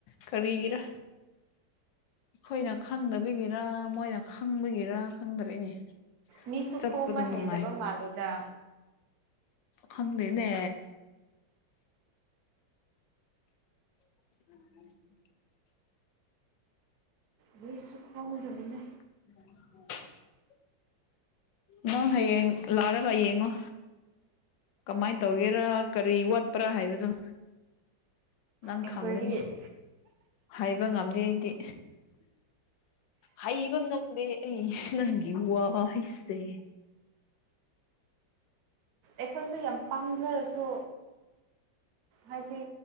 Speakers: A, on the left; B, on the right.
A: ꯀꯔꯤꯒꯤꯔꯥ ꯑꯩꯈꯣꯏꯅ ꯈꯪꯗꯕꯒꯤꯔ ꯃꯣꯏꯅ ꯈꯪꯕꯒꯤꯔ ꯈꯪꯗ꯭ꯔꯦꯅꯦ
B: ꯃꯤꯁꯨ
A: ꯆꯠꯄꯗꯣ
B: ꯈꯣꯝꯃ
A: ꯅꯨꯡꯉꯥꯏ
B: ꯍꯩꯇꯕ ꯃꯥꯜꯂꯦꯗ
A: ꯈꯪꯗꯦꯅꯦ <inaudible>
B: ꯕꯁꯨ ꯈꯋꯥꯗꯕꯤꯅ
A: ꯎ ꯅꯪ ꯍꯌꯦꯡ ꯂꯥꯛꯑꯔꯒ ꯌꯦꯡꯉꯣ ꯀꯃꯥꯏꯅ ꯇꯧꯒꯦꯔꯥ ꯀꯔꯤ ꯋꯥꯠꯄ꯭ꯔꯥ ꯍꯥꯏꯕꯗꯨꯣ ꯅꯪ
B: ꯑꯦꯟꯀ꯭ꯋꯥꯏꯔꯤ
A: ꯈꯪꯒꯅꯤ ꯍꯥꯏꯕ ꯉꯝꯗꯦ ꯑꯩꯗꯤ ꯍꯩꯕ ꯉꯝꯗꯦ ꯑꯩ ꯅꯪꯒꯤ ꯋꯥ ꯍꯩꯁꯦ
B: ꯑꯩꯈꯣꯏꯁꯨ ꯌꯥꯝ ꯄꯥꯖꯔꯁꯨ ꯍꯥꯏꯗꯤ